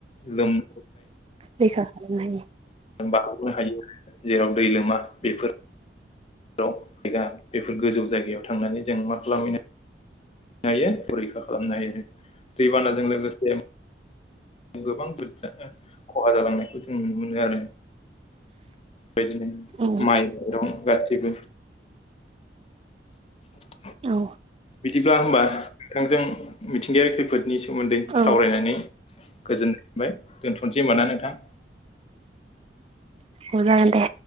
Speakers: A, on the left; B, on the right.
A: लोम
B: रैखा खालामनो हायो।
A: बारग'नो हायो जेराव दै लोमा बेफोर जायगा बेफोर गोजौ जायगायाव थांनानै जों मा खालामहैनो हायो फरिखा खालामनो हायो दैबानाजों लोगोसे गोबांजा खहा जालांनायखौ जों नुनो मोनो आरो। बेबायदिनो
B: औ
A: माइरं गासैबो बि <inaudible>
B: औ।
A: बिदिब्ला होमबा नोंथांजों मिथिंगायारि खैफोदनि सोमोन्दै
B: औ
A: सावरायनानै गोजोननाय मोनबाय। दोनथ'सै होनबा ना नोंथां?
B: औ जागोन दे।